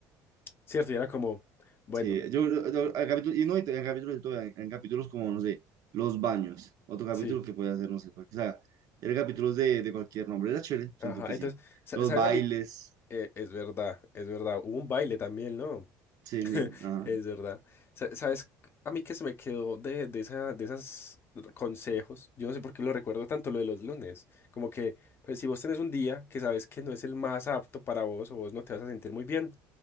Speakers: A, on the left (about 35°); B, on the right (about 60°).
A: ¿cierto? Y era como, bueno,
B: Sí, yo, yo, yo- hay capítulos, y no, y en capítulos, y todo, en, en capítulos como, no sé, los baños. Otro capítulo
A: sí,
B: que puede hacer, no sé, cual- o sea, era capítulos de, de cualquier nombre. Era chévere,
A: ajá.
B: siento que
A: Entonces,
B: sí.
A: sa-
B: Los
A: ¿sabes
B: bailes.
A: a mí? Eh, es verdad, es verdad. Hubo un baile también, ¿no?
B: Sí,
A: <laughs>
B: sí, ajá.
A: Es verdad. Sa- ¿Sabes? A mí que se me quedó de, de esa, de esas consejos. Yo no sé por qué lo recuerdo tanto lo de los lunes. Como que pues, si vos tenés un día que sabes que no es el más apto para vos o vos no te vas a sentir muy bien,